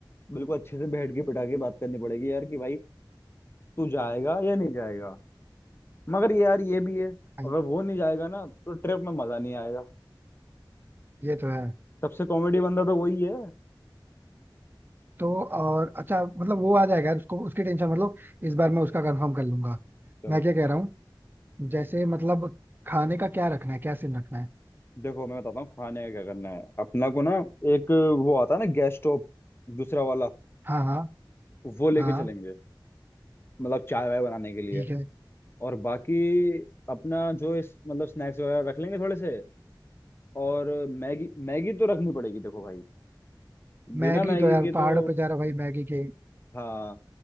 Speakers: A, on the left (about 30°); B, on the right (about 25°).
A: बिल्कुल अच्छे से बैठ के पिटा के बात करनी पड़ेगी यार कि भाई तू जाएगा या नहीं जाएगा मगर ये यार ये भी है
B: भाई,
A: अगर वो नहीं जाएगा ना तो ट्रिप में मजा नहीं आएगा
B: ये तो है
A: सबसे कॉमेडी बंदा तो वही है
B: तो और अच्छा मतलब वो आ जाएगा यार उसको उसकी टेंशन मतलब इस बार मैं उसका कंफर्म कर लूंगा
A: चलो
B: मैं क्या कह रहा हूँ जैसे मतलब खाने का क्या रखना है क्या सीन रखना है
A: देखो मैं बताता हूँ खाने का क्या करना है अपना को ना एक वो आता है ना गैस स्टोव दूसरा वाला
B: हाँ हाँ
A: वो लेके
B: हाँ
A: चलेंगे मतलब चाय वाय बनाने के लिए
B: ठीक है
A: और बाकी अपना जो इस मतलब स्नैक्स वगैरह रख लेंगे थोड़े से और मैगी मैगी तो रखनी पड़ेगी देखो भाई बिना
B: मैगी
A: मैगी
B: तो यार
A: के
B: पहाड़ों
A: तो
B: पे जा रहा भाई मैगी के
A: हाँ